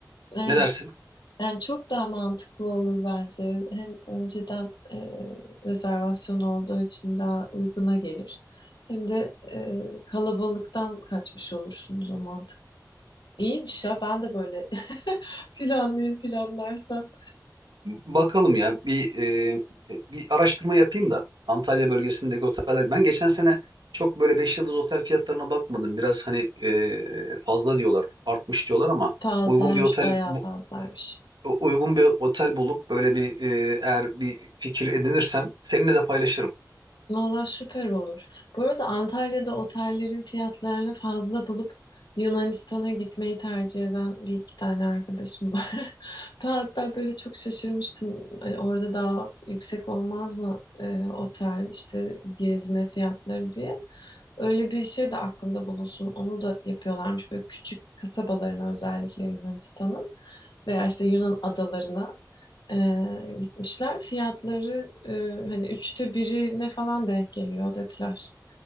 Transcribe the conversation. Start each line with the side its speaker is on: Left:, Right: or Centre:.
Left: Evet.
Right: Ne dersin?
Left: Yani çok daha mantıklı olur bence. Hem önceden e, rezervasyon olduğu için daha uyguna gelir. Hem de e, kalabalıktan kaçmış olursunuz o mantık. İyiymiş ya ben de böyle <laughs> planlayayım planlarsam.
Right: Bakalım ya bir e, bir araştırma yapayım da Antalya bölgesindeki oteller. Ben geçen sene çok böyle 5 yıldız otel fiyatlarına bakmadım. Biraz hani e, fazla diyorlar, artmış diyorlar ama
Left: Fazlaymış
Right: uygun bir otel
Left: bayağı
Right: bu,
Left: fazlaymış.
Right: e, uygun bir otel bulup böyle bir e, eğer bir fikir edinirsem seninle de paylaşırım.
Left: Valla süper olur. Bu arada Antalya'da otellerin fiyatlarını fazla bulup Yunanistan'a gitmeyi tercih eden bir iki tane arkadaşım var. <laughs> Ben hatta böyle çok şaşırmıştım. Hani orada daha yüksek olmaz mı e, otel işte gezme fiyatları diye. Öyle bir şey de aklında bulunsun. Onu da yapıyorlarmış böyle küçük kasabalarına özellikle Yunanistan'ın veya işte Yunan adalarına e, gitmişler. Fiyatları e, hani üçte birine falan denk geliyor dediler.